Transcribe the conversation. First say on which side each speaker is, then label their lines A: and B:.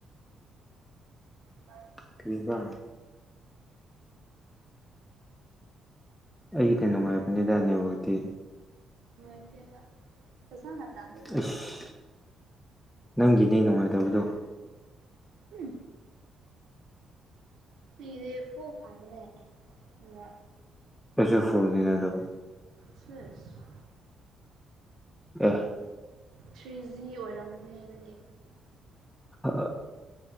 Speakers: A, on the right; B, in the centre.
A: ꯍ
B: ꯀ꯭ꯔꯤꯄꯥ ꯑꯩꯒꯤꯗꯤ ꯅꯨꯡꯉꯥꯏꯕꯅꯤꯗꯅꯦꯕꯨꯖꯤꯗꯤ
A: ꯎꯠꯇꯕ ꯄꯩꯁꯥꯅ ꯇꯥ ꯑꯗꯨꯦꯕ
B: ꯑꯁ ꯅꯪꯒꯤꯅꯦ ꯅꯨꯡꯉꯥꯏꯇꯕꯗꯣ
A: ꯎꯝ ꯑꯩꯒꯤꯗꯤ ꯐꯨ ꯐꯥꯡꯕꯅꯦ ꯑꯗꯨꯒ
B: ꯀꯁꯨꯁꯨ ꯐꯣꯟꯅꯤꯅ ꯑꯗꯨꯣ
A: ꯆꯦꯁ
B: ꯑ‌ꯦ
A: ꯊ꯭ꯔꯤ ꯖꯤ ꯑꯣꯏꯔꯝꯅꯤ ꯅꯪꯒꯤ
B: ꯑ